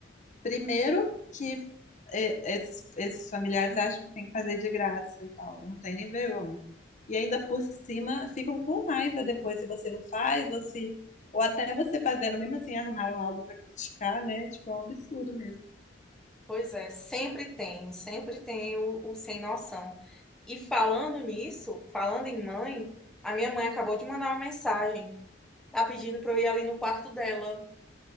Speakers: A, on the left; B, in the centre.
A: Primeiro que e- esses, esses familiares acham que tem que fazer de graça e tal, não tem nem vergonha. E ainda por cima ficam com raiva depois se você não faz, ou se, ou até você fazendo, mesmo assim arrumaram algo para criticar, né? Tipo, é um absurdo mesmo.
B: Pois é, sempre tem, sempre tem o, o sem noção. E falando nisso, falando em mãe, a minha mãe acabou de mandar uma mensagem. Tá pedindo para eu ir ali no quarto dela.